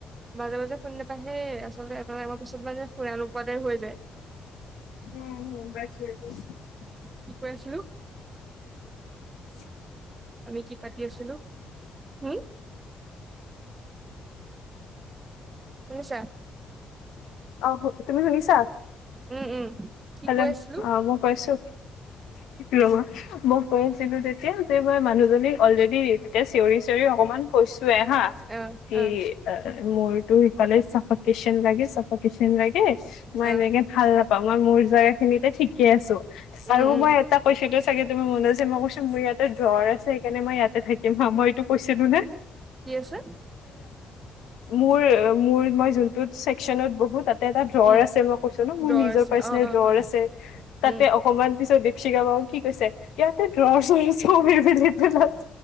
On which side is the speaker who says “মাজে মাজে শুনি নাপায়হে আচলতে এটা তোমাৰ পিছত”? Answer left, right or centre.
Right